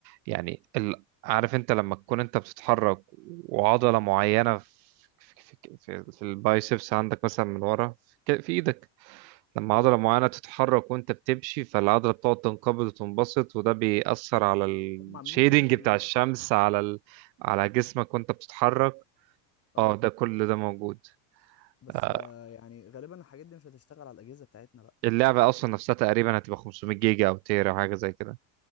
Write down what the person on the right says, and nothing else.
يعني ال... عارف انت لما تكون انت بتتحرك وعضلة معينة في في في, في البايسبس عندك مثلا من ورا في في ايدك لما
عضلة معينة بتتحرك وانت بتمشي فالعضلة بتقعد تنقبض وتنبسط وده بيأثر على الشيدنج
بتاع الشمس على ال... على جسمك وانت بتتحرك
اه ده كل ده موجود
آه،
اللعبة أصلا نفسها تقريبا هتبقى 500 جيجا أو تيرا أو حاجة زي كده